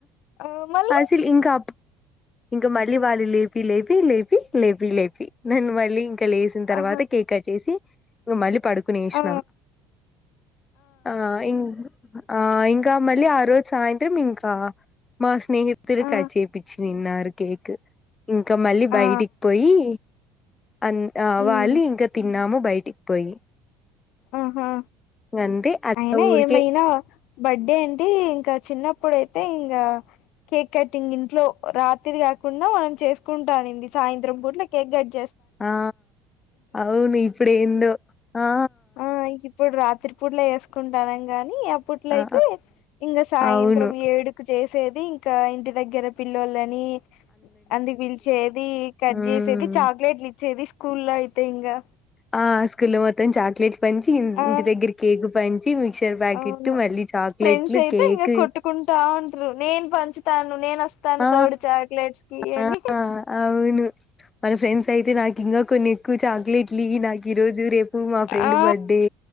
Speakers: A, on the left; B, on the left.
A: ఆ మళ్ళీ
B: అసలు ఇంకా అ ఇంక మళ్ళీ వాళ్ళు లేపి లేపి లేపి లేపి లేపి నన్ మళ్ళీ ఇంక్ క లేసిన తర్వాత
A: ఆహా
B: కేక్ కట్ చేసి ఇంగ మలి పడుకునేషనం
A: ఆ
B: ఆ ఇం ఆ ఆ ఇంకా మళ్ళీ ఆ రోజు సాయంత్రం ఇంకా మా స్నేహితులు
A: ఆ
B: కాట్ చేపిచ్చి దిన్నారు కేక్ ఇంకా మళ్ళీ బయటి
A: ఆ
B: పోయి అన్
A: ఉమ్
B: వాళ్ళు ఇంక తిన్నాము బయిటికి పోయి
A: ఆహా
B: అంతే అట్లా
A: అయినా
B: ఊరికే
A: ఏమైనా బర్త్డే అంటే ఇంకా చిన్నప్పుడుయితే ఇంగ కేక్ కట్టింగ్ ఇంట్లో రాత్రి గాకుండా మనం చేసుకుంటానింది సాయంత్రం పూట్ల కేక్ గట్
B: ఆ అవును ఇప్పుడు ఎందో ఆ
A: ఆ ఇంకా ఇప్పుడు రాత్ర తిరుపూర్లో వేసుకుంటానం గాని, ఇప్పట్లో
B: ఆ
A: అయితే ఇంకా సాయంత్రం
B: అవును
A: ఏడు చేసేది ఇంకా ఇంటి దగ్గర పిల్లోలని ని అంది పిలిచేది కట్
B: మ్మ్
A: చేసేది చాక్లెట్లు ఇ వచ్చేది స్కూల్లో అయితే ఇంకా,
B: ఆ స్కూల్ మొత్తం చాక్లేట్, పంచి ఇంటి
A: ఆ
B: దగ్గర కేక్ ప పంచి, మిక్షర్ ప్యాకెట్,
A: అవును
B: మళ్ళీ చాక్లెట్లు
A: ఫ్రెండ్స్ అయితే
B: కేక్
A: ఇంగ కొట్టుకుంటా నేను పంచుతాను, నేను వస్తాను
B: ఆ
A: తోడు చాక్లెట్స్ కి అని
B: ఆ అవును మన ఫ్రెండ్స్ అయితే నాకు ఇంకా కొన్ని ఎక్కువ చాక్లెట్లు ఇయ్యి నాకు ఈ రోజు, రేపు మా ఫ్రెండ్
A: ఆ
B: బర్త్డే